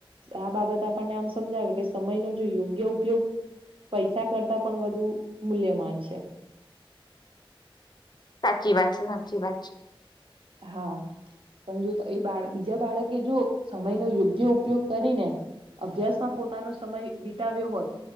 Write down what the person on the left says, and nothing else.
સાચી વાત છે સાચી વાત છે